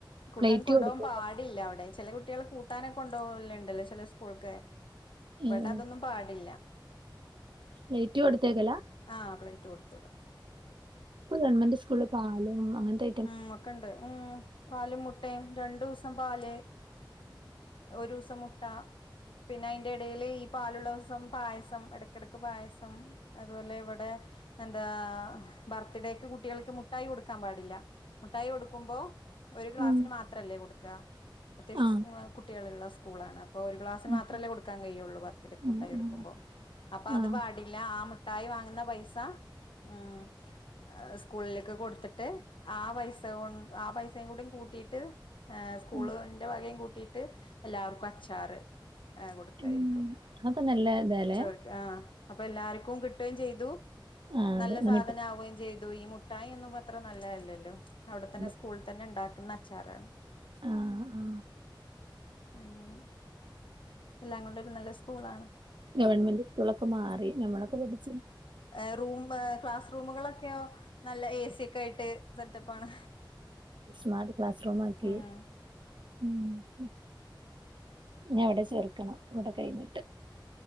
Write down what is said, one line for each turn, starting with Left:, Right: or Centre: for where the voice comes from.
Left: കൂട്ടാൻ
Right: പ്ലേറ്റ്
Left: കൊണ്ടോവാൻ
Right: കൊടുത്തേക്ക
Left: പാടില്ല അവിടെ ചെല കു ട്ടിയേൾ കൂട്ടാനൊക്കെ കൊണ്ടോവല്ണ്ടല്ലോ ചെല സ്കൂൾക്ക് വടെ
Right: ഏഹ്
Left: അതൊന്നും പാടില്ല
Right: പ്ലേറ്റ് കൊടുത്തേക്കലാ
Left: ആഹ് പ്ലേറ്റ് കൊടുത്ത് വിടാ
Right: പ്പൊ ഗവൺമെന്റ് സ്കൂൾല് പാലും അങ്ങൻത്തെ
Left: ഉം ഒക്കെണ്ട് ഉം പാലും മുട്ടയും രണ്ടുസം പാല്. ഒരുസം മുട്ട. പിന്നയ്ന്റെടേല് ഈ പാലുള്ളസം പായസം എടക്കെടക്ക് പായസം. അതുപോലെ ഇവടെ എന്താ ബർത്ത്ഡേക്ക് കുട്ടികൾക്ക് മുട്ടായി കൊടുക്കാൻ പാടില്ല. മുട്ടായി കൊടുക്കുമ്പോ ഒരു ക്ലാസിന്
Right: ഉം.
Left: മാത്രല്ലേ കൊടുക്കാ അത്യാവശ്യം
Right: ആ.
Left: സ്‌ കുട്ടിള്ള്ള്ള സ്കൂളാണ്. ഇപ്പൊരു ഗ്ലാസ്
Right: ഉം.
Left: മാത്രല്ലേ കൊടുക്കാൻ കഴിയുള്ളൂ ബർത്ത്ഡക്ക്
Right: ഉം.
Left: മുട്ടായി കൊടുക്കുമ്പോ
Right: ഉം.
Left: അപ്പ
Right: ആ.
Left: അത് പാടില്ല ആ മു ട്ടായി വാങ്ങുന്ന പൈസ ഉം സ്കൂളിലേക്ക് കൊട്ത്തിട്ട്. ആ പൈസ കൊ ആ പൈസയും കൂടെ കൂട്ടിട്ട് ഏഹ് സ്കൂള്ന്റെ
Right: ഉം.
Left: വകം കൂട്ടി. ട്ട് എല്ലാവർക്കും അച്ചാറ് ഏ കൊടുക്കായിരിക്കും.
Right: ഉം. അതൊക്കെ നല്ല ത
Left: ചോർക്ക് ആഹ് അപ്പൊല്ലാർക്കും കിട്ടുകേം ചെയ്തു.
Right: ആ അതെ.
Left: നല്ല
Right: നമ്മിട്ട്
Left: സാധനാവുകയും ചെയ് ലു ഈ മുട്ടായി ഒന്നുപ്പത്ര നല്ലല്ലല്ലോ അവിടെത്തന്നെ
Right: അതെ.
Left: സ്കൂള് തന്നെ ഇണ്ടാക്കുന്ന അച്ചാറാ.
Right: ആ ആ.
Left: അങ്ങനെ. എല്ലാം കൊണ്ടൊരു നല്ല സ്കൂളാണ്.
Right: ഗവൺമെന്റ് സ്കൂളൊക്കെ മാറി ഞമ്മളൊക്കെ പഠിച്ചു.
Left: ഏഹ് റൂം ക്ലാസ് റൂമുകളൊക്കെയോ നല്ല എ സി യൊക്കായിട്ട് സെറ്റപ്പാണ്.
Right: സ്മാർട്ട് ക്ലാസ് റൂം ആക്കി.
Left: ഉം
Right: ഉം ഉം ഞ്ഞവിടെ ചേർക്കണം ഇവടെ കഴിഞ്ഞിട്ട്.